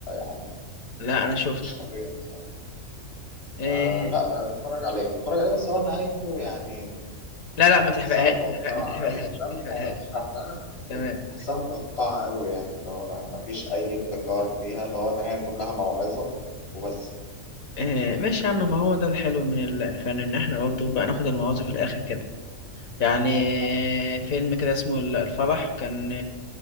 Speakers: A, on the left; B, on the left.
A: يعني
B: لا انا شفته
A: مش طبيعي الصراحة
B: إيه...
A: آه لا آه، اتفرج عليه اتفرج عليه بس هو نهايته يعني
B: لا لا ما تحرقهاش
A: تحسها متوقعة
B: ما تحرقهاش
A: أوي لا مش
B: ما تحرقهاش
A: ه- مش هحرقها بس
B: تمام
A: تحسها متوقعة أوي يعني اللي هو ما ما فيش أي ابتكار فيها اللي هو النهاية كلها موعظة وبس
B: إيه... ماشي يا عم ما هو ده الحلو من الفن ان احنا برضه بقى ناخد المواضيع في الاخر كده يعني
A: أنا أصلا
B: فيلم كده اسمه ال- الفرح كان